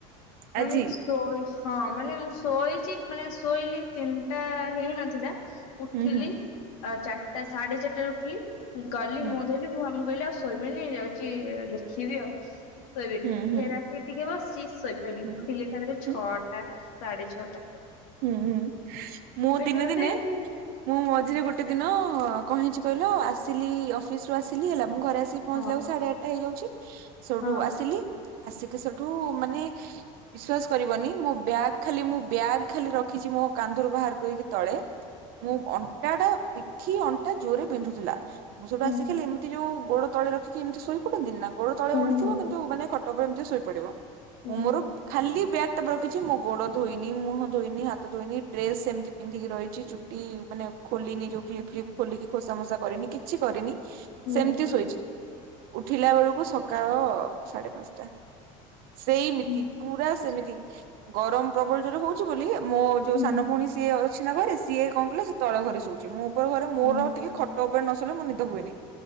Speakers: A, on the left (about 85°); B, on the right (about 60°).
A: ହୁଁ
B: ଆଜି
A: ଶୋଇ ହଁ ମାନେ ମୁଁ ଶୋଇଛି ମାନେ ଶୋଇଲି ତିନିଟା ହେଇନଥିଲା ଉଠିଲି
B: ହୁଁ ହୁଁ
A: ଆ ଚାରିଟା ସାଢେ ଚାରିଟା ଉଠିଲି ସେମତି ଗଲି
B: ହୁଁ
A: ମୁଁ ଧୋଇ ମୁଁ ମୁଁ କହିଲି ଆଉ ଶୋଇବିନି ଯାଉଛି ଲେଖିବି ଆଉ ଶୋଇବିନି
B: ହୁଁ ହୁଁ
A: ଫେ ଆ ସେ ଟିକେ ବସିି ଶୋଇପଡ଼ିଲି
B: ହୁଁ
A: ଉଠିଲି ତାପରେ
B: ହୁଁ
A: ଛଅଟା ସାଢେ ଛଅଟା।
B: ହୁଁ ହୁଁ ମୁଁ
A: କହିଲି
B: ଦିନେ
A: ମତେ
B: ଦିନେ
A: ଆଜି
B: ମୁଁ ମଝିରେ ଗୋଟେ ଦିନ କହିଛି କହିଲ ଆସିଲି ଅଫିସ ରୁ ଆସିଲି ହେଲା ମୁଁ ଘରେ ଆସି ପହଞ୍ଚିଲାକୁ
A: ହଁ
B: ସାଢେ ଆଠଟା ହେଇଯାଉଛି ସେଠୁ
A: ହଁ
B: ଆସିଲି ଆସିକି ସେଠୁ ମାନେ ବିଶ୍ଵାସ
A: ହୁଁ
B: କରିବନି ମୋ ବ୍ୟାଗ ଖାଲି ମୁଁ ବ୍ୟାଗ ଖାଲି ରଖିଛି ମୋ କାନ୍ଧରୁ ବାହାର କରିକି ତଳେ ମୁଁ ଅନଟାଟା ପିଠି ଅଣ୍ଟା ଜୋରରେ ବିନ୍ଧୁଥିଲା ମୁଁ ସେଟୁ
A: ହୁଁ
B: ଆସ ଖାଲି ଏମି ଯୋଉ ଗୋଡ ତଳେ ରଖିକି ଏମିତି ଶୋଇ ପଡନ୍ତି ନା ଗୋଡ ତଳେ
A: ହୁଁ
B: ଓଳିଥିବ
A: ହୁଁ
B: କିନ୍ତୁ ମାନେ ଖଟ ଉପରେ ଏମିତି ଶୋଇ ପଡିବ।
A: ହୁଁ
B: ମୁଁ ମୋର ଖାଲି ବ୍ୟାଗ୍ ତାପରେ ରଖିଛି ମୋ ଗୋଡ ଧୋଇନି ମୁହ ଧୋଇନି ହାତ ଧୋଇନି ଡ୍ରେସ ସେମିତି ପିନ୍ଧିକି ରହିଛି ଚୁଟି ମାନେ ଖୋଲିନି ଯୋଉ ଖୋଲିକି ଖୋସାମୋସା କରିନି କିଛି କରିନି
A: ହୁଁ
B: ସେମିତି ଶୋଇଛି। ଉଠିଲା ବେଳକୁ ସକାଳ ସାଢେ ପାଞ୍ଚଟା ସେଇମିତି
A: ହୁଁ
B: ପୁରା ସେମିତି ଗରମ ପ୍ରବଳ ଜୋରେ ହଉଛି ବୋଲି ମୋ ଯୋଉ
A: ହୁଁ ହୁଁ
B: ସାନ ଭଉଣୀ ସିଏ ଅଛି ନା ଘରେ ସିଏ କଣ କହିଲ ସେ ତଳ ଘରେ ଶୋଉଛି ମୁଁ ଉପର ଘରେ ମୋର
A: ହଁ
B: ଟିକେ ଖ ଖଟ ଉପରେ ନସୋଇଲେ ମୁ ନିଦ ହୁଏନି